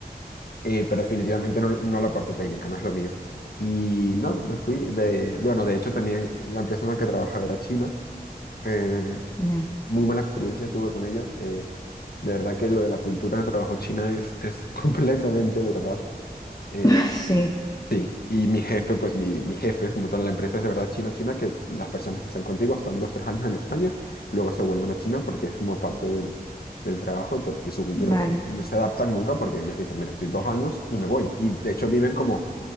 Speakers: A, on the left; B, on the left.
A: eh, pero definitivamente no, no la parte técnica, no es lo mío. Y nada, me fui de, de- bueno, de hecho también la empresa en la que trabajaba era china. Eh,
B: ya.
A: muy mala experiencia tuve con ellos. eh, de verdad que lo de la cultura del trabajo china es, es <laughs> completamente verdad. Eh,
B: <laughs> Sí,
A: sí, y mi jefe, pues mi, mi jefe, como tal, la empresa es de verdad china, china, que las personas que están contigo están dos, tres años en España y luego se vuelven a China porque es como parte del, del trabajo y, pues, y su cultura,
B: vale.
A: pues no se adaptan nunca porque ellos dicen, mira, estoy dos años y me voy. Y de hecho viven como